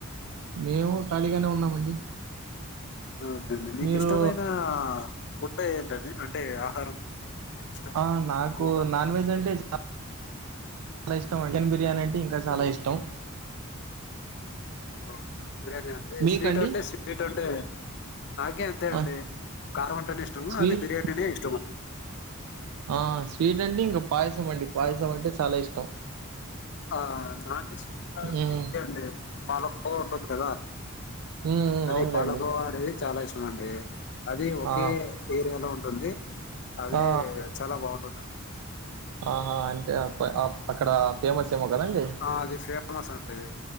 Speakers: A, on the right; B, on the left.
A: మేము ఖాళీగానే ఉన్నామండి
B: ఓకే అండి నీకు
A: మీరు
B: ఇష్టమైన ఫుడ్ ఏంటది అంటే ఆహారం ఏమి ఇష్టం
A: ఆ నాకు
B: ఎక్కువగా
A: నాన్ వెజ్ అంటే ఆ చాలా ఇష్టం <inaudible> బిర్యానీ అన్ ఇంకా చాలా
B: ఓ,
A: ఇష్టం
B: ఓ బిర్యానీ అండి
A: మీకండి
B: స్వీట్ అంటే స్వీట్ అంటే నాకే అంతే అండి
A: ఆ
B: కారం వంటేనే ఇష్టము
A: స్వీట్
B: అది బిర్యానీనే ఇష్టం అండి
A: ఆ స్వీట్ అంటడి ఇంకా పాయసం అండి పాయసం అంటే చాలా ఇష్టం
B: ఆ నాకు స్వీట్ అంటే
A: మ్మ్
B: ఇదే అండి పాలకోవ ఉంటుంది కదా
A: మ్మ్
B: అది
A: అవునులేండి
B: పాలకోవా అనేది చాలా ఇష్టం అండి అది ఒకే
A: ఆ
B: ఏరియాలో ఉం ఉంది అది
A: ఆ ఆ
B: చాలా బాగుంటుందండి
A: ఆహా అంటే అ అక్కడ ఫేమస్ ఎమో కదా అండి
B: ఆ అది ఫేమస్ అండి